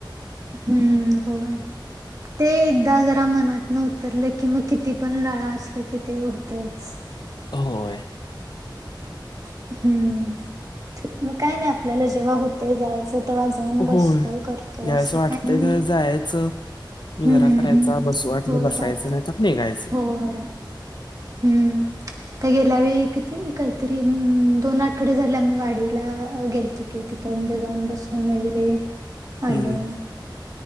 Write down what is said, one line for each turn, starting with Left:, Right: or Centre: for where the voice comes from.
Right: हम्म होय. ते एकदा जरा मनात न उतरले की मग किती पण लळा असले. कि ते होतच.
Left: होय.
Right: हम्म मग काय नाही आपल्याला जेव्हा होते जायचं. तेव्हा जाऊन
Left: होय.
Right: बसतोय करतोय
Left: ज्यावेळेस
Right: असं
Left: वाटतंय
Right: काही नाही.
Left: त्यावेळेस जायचं, मुजरा
Right: हम्म
Left: करायचा, बसू वाटलं
Right: हो
Left: बसायचं
Right: जात
Left: नाहीतर निघायचं.
Right: होय. हम्म काला भी इकतीन कायतरी दोन आठवडे झाले आम्ही वाडीला गेलतो की तिथं म्हणजे जाऊन बसून वगैरे हॅलो.
Left: हं,